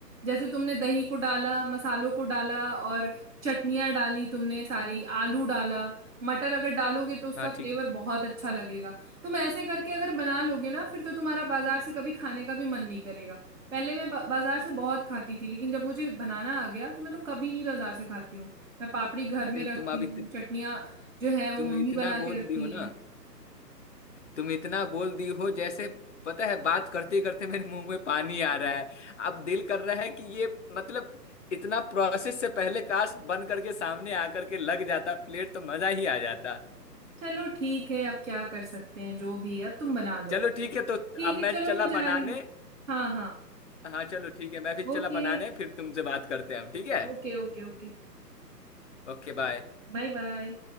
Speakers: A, on the right; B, on the left.
A: जैसे तुमने दही को डाला मसालों को डाला और चटनियाँ डाली तुमने सारी आलू डाला मटर अगर डालोगे तो उसका
B: हाँ
A: फ्लेवर
B: ठीक है
A: बहुत अच्छा लगेगा तुम ऐसे करके अगर बना लोगे ना फिर तो तुम्हारा बाजार से कभी खाने का भी मन नहीं करेगा पहले मैं बा- बाजार से बहुत खाती थी लेकिन जब मुझे बनाना आ गया तो मैं तो कभी नहीं बाजार से खाती हूँ मैं पापड़ी घर
B: अरे
A: में रखती
B: तुम अभी
A: हूँ चटनियाँ जो है वो
B: तुम
A: मम्मी
B: इतना
A: बना के
B: बोल
A: रखती
B: दी हो
A: हैं
B: ना तुम इतना बोल दी हो जैसे पता है बात करते करते मेरे मुंह में पानी आ रहा है अब दिल कर रहा है कि ये मतलब इतना प्रोसेस से पहले काश बन करके सामने आकर के लग जाता प्लेट तो मजा ही आ जाता
A: चलो ठीक है अब क्या कर सकते हैं जो भी है अब तुम बना लो
B: चलो ठीक है तो
A: ठीक
B: अब
A: है
B: मैं
A: चलो
B: चला
A: मैं जा
B: बनाने
A: रही हूँ हाँ हाँ
B: हाँ चलो ठीक है मैं भी चला
A: Okay
B: बनाने फिर तुमसे बात करते हैं हम ठीक है
A: okay okay Okay
B: Okay bye
A: bye Bye